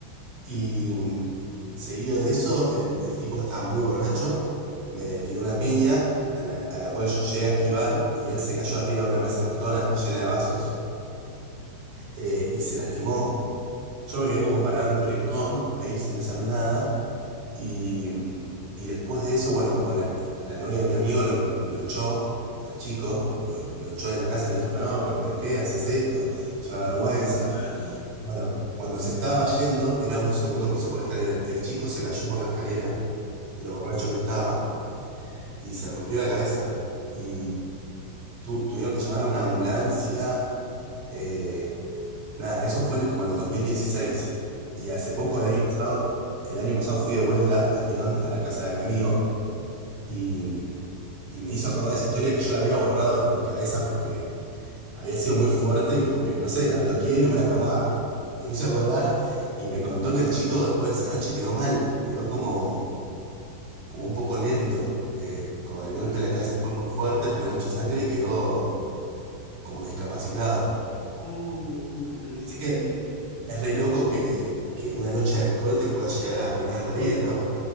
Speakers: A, on the right (about 55°); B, on the left (about 50°).
A: Y mm, seguido de eso, el, el tipo que estaba muy borracho me tiró una piña a la, a la cual yo llegué a esquivar y él se cayó arriba de una mesa ratona llena de vasos eh, y se lastimó. Yo me quedé como parado en un rincón, ahí sin hacer nada. Y, mm, y después de eso, bueno, como la, la novia de mi amigo lo, lo echó al chico, lo, lo echó de la casa, le dijo, no, pero ¿por qué haces esto? Es una vergüenza.
B: claro.
A: Bueno, cuando se estaba yendo, era un segundo piso por escalera. El chico se cayó por la escalera, de lo borracho que estaba, y se rompió la cabeza. Y tu- tuvieron que llamar a una ambulancia. eh, nada, eso fue en- como en el dos mil dieciséis Y hace
B: ¡Hala!
A: poco, el año pasado, el año pasado fui de vuelta a Lyon, a la casa de mi amigo. Y, y me hizo acordar esa historia que yo la había borrado de mi cabeza porque había sido muy fuerte y como que, no sé, la bloqueé y no me la acordaba. Me hizo acordar y me contó que el chico después de esa noche quedó mal, quedó como, como un poco lento. eh, co-
B: ¡Uh!
A: el golpe en la cabeza fue muy fuerte, perdió mucha sangre y quedó como discapacitado.
B: ¡Oh! No puede ser.
A: Así que es re loco que, que una noche de alcohol te pueda llegar a arruinar la vida, ¿no?